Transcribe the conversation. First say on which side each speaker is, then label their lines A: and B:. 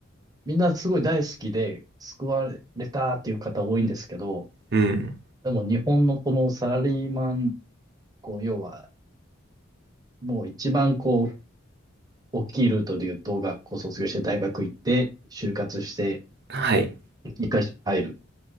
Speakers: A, on the right; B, on the right.
A: みんなすごい大好きで救われたっていう方多いんですけど、
B: うん。
A: でも日本のこのサラリーマン、こう、要は、もう一番こう、大きいルートで言うと、学校卒業して大学行って、就活して、
B: はい。
A: 一回社に入る。